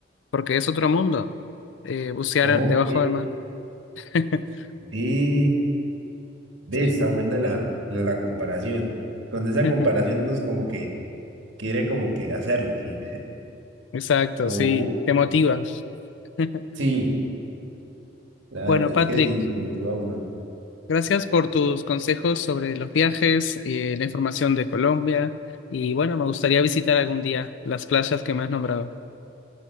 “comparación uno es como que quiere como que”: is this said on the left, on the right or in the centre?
Right